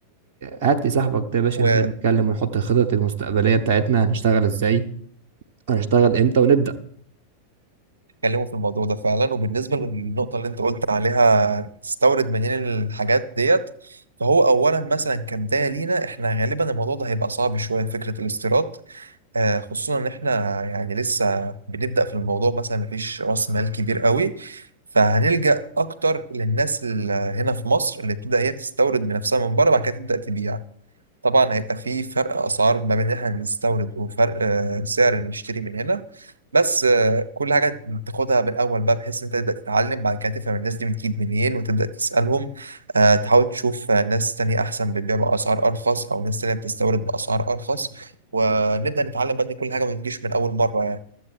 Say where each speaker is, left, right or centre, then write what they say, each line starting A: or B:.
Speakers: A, on the right; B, on the right.
A: هات لي صاحبك ده يا باشا
B: ونكلمه
A: نبدأ نتكلم ونحط الخطط المستقبلية بتاعتنا هنشتغل إزاي هنشتغل إمتى ونبدأ
B: في الموضوع ده فعلا وبالنسبه للنقطه اللي انت قلت عليها تستورد منين الحاجات ديت فهو اولا مثلا كبدايه لينا احنا غالبا الموضوع ده هيبقى صعب شويه فكره الاستيراد آه، خصوصا ان احنا يعني لسه بنبدأ في الموضوع مثلا مفيش راس مال كبير قوي فهنلجأ اكتر للناس اللي هنا في مصر اللي تبدأ هي تستورد من نفسها من بره بعد كده تبدأ تبيع طبعا هيبقى في فرق اسعار ما بين اللي احنا بنستورد وفرق آه، سعر نشتري من هنا بس آه، كل حاجه تاخدها بالاول بقى بحيث ان انت تبدا تتعلم بعد كده تفهم الناس دي بتجيب منين وتبدا تسالهم آه، تحاول تشوف آه، ناس تانية احسن بتبيع باسعار ارخص او ناس تانية بتستورد باسعار ارخص ونبدا نتعلم بقى ان كل حاجه ما بتجيش من اول مره يعني